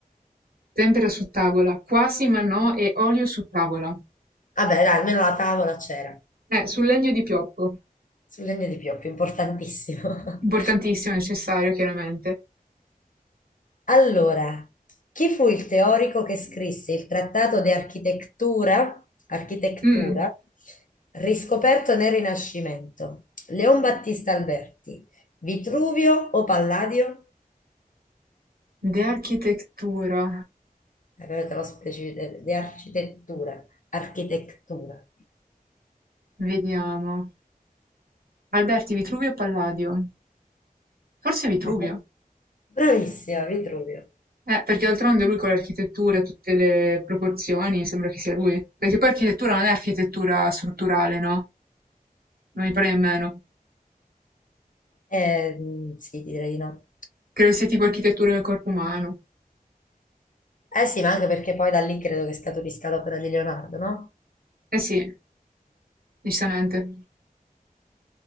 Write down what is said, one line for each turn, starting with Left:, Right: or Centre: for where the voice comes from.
Right: Tempera su tavola, quasi ma no, e olio su tavola.
Left: Vabbè, dai, almeno la tavola c'era.
Right: Eh, sul legno di pioppo.
Left: Sul legno di Pioppo, importantissimo.
Right: Importantissimo,
Left: <laughs>
Right: necessario, chiaramente.
Left: Allora, chi fu il teorico che scrisse il trattato di architettura, architettura
Right: Mm.
Left: riscoperto nel Rinascimento? Leon Battista Alberti, Vitruvio o Palladio?
Right: De architettura,
Left: Eh, però te lo specifico, di architettura, architettura.
Right: vediamo. Alberti, Vitruvio e Palladio. Forse Vitruvio.
Left: <laughs> Ah, Bravissima, Vitruvio.
Right: Eh, perché d'altronde lui con l'architettura, tutte le proporzioni, sembra che sia lui. Perché poi architettura non è architettura strutturale, no? Non mi pare nemmeno.
Left: Eh, mm, sì, direi di no.
Right: Credo sia tipo architettura del corpo umano.
Left: Eh sì, ma anche perché poi da lì credo che scaturisca l'opera di Leonardo, no?
Right: Eh sì, giustamente.